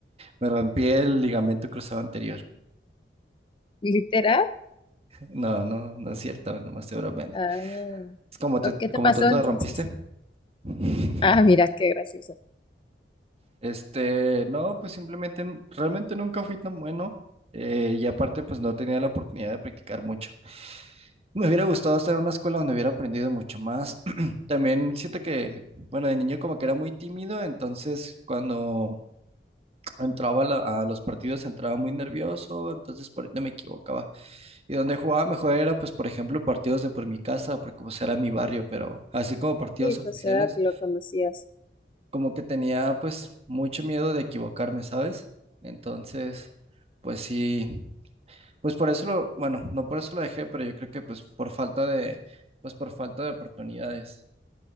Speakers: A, on the right; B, on the left.
A: Me rompí el ligamento cruzado anterior. <laughs>
B: Literal.
A: No, no, no es cierto, nomás te bromeando.
B: Ah,
A: Es como, te,
B: ¿o ¿qué te
A: como
B: pasó
A: tú te
B: entonces?
A: lo rompiste. <laughs>
B: Ah, mira, qué gracioso.
A: Este, no, pues simplemente n- realmente nunca fui tan bueno eh, y aparte pues no tenía la oportunidad de practicar mucho. Me hubiera gustado estar en una escuela donde hubiera aprendido mucho más. <clears throat> También siento que, bueno, de niño como que era muy tímido, entonces cuando entraba a la- a los partidos entraba muy nervioso, entonces por ende me equivocaba. Y donde jugaba mejor era pues por ejemplo en partidos de por mi casa, porque pues era mi barrio, pero así como partidos
B: Sí, pues
A: oficiales
B: era que lo conocías.
A: como que tenía pues mucho miedo de equivocarme, ¿sabes? Entonces, pues sí, pues por eso, lo- bueno, no por eso lo dejé, pero yo creo que pues por falta de, pues por falta de oportunidades.